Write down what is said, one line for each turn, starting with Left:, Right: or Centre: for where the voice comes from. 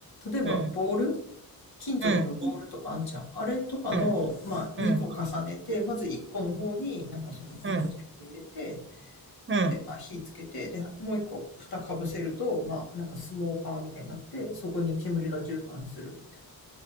Left: 例えばボール
Right: うん。
Left: 金属のボールとかあんじゃん。
Right: うん。
Left: あれとかの、
Right: うん。
Left: まあ、2個重ねて、
Right: うん。
Left: まず1個の方になんかそのウッドチップ入れて、
Right: うん。うん。
Left: で、まあ、火つけて、で、もう1個蓋かぶせると、まあ、なんかスモーカーみたいになって、そこに煙が充満するみたい